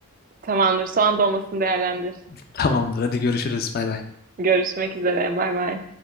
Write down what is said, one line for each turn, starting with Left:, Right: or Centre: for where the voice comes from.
Right: tamamdır. Soğan dolmasını değerlendir.
Left: <laughs> Tamamdır. Hadi görüşürüz. Bay bay.
Right: Görüşmek üzere. Bay bay.